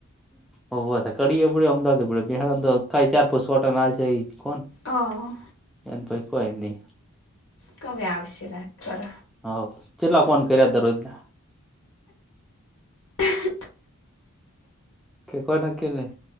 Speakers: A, in the centre; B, on the left (about 60°).
A: હવ તે કડી અમદાવાદમાં પડયો. મેહોણામા તો ખાલી ચાર પાંચ છાંટા નાખ્યા ઈ જ કો
B: હ
A: એન પૈ કોઈની
B: કમે આવશ્ય વાત કર
A: હઉ, ચેટલા ફોન કર્યા દરરોજના.
B: અ હ.
A: કેકવાના કે નઈ?